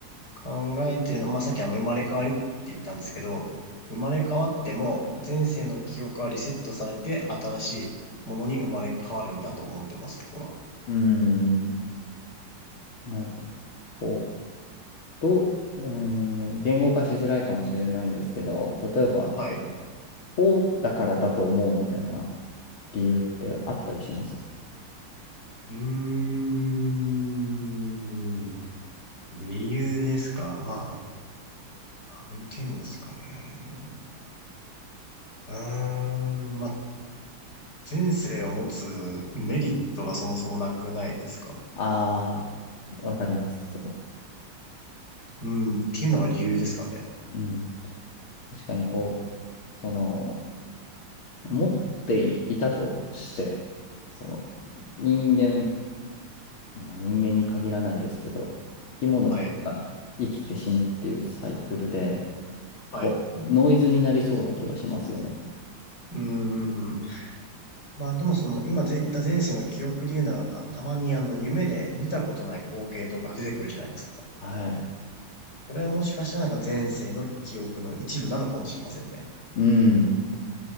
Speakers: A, on the left; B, on the left.
A: 考えてるの、まあ、さっきあの、生まれ変わりって言ったんですけど、生まれ変わっても、前世の記憶はリセットされて、新しいものに生まれ変わるんだと思ってます、僕は。
B: うーん、なるほど。こう、どう、うーん、言語化しづらいかもしれないんですけど、例えばこう、
A: はい。う
B: こうだからだと思うみたいな理由ってあったりします
A: ーん。理由ですか。まあ、なんて言うんですかね。うーん。まあ、前世を持つメリットがそもそもなくないですか。
B: ああー、わかります、すごく。
A: うん。っていうのが理由ですかね。
B: うん確かにこう、その、持っていたとして、その、人間、まあ人間に限らないですけど、生き物が生きて死ぬっていうサイクルで、
A: はい。はい。
B: こう、
A: う
B: ノイズになりそうな気はしますよね。
A: ーん。まあでもその今で言った前世の記憶で言うなら、あたまにあの夢で見たことない光景とか出てくるじゃないですか。
B: はい。
A: これはもしかしたらなんか前世の記憶の一部なのかもしれませんね。
B: うん。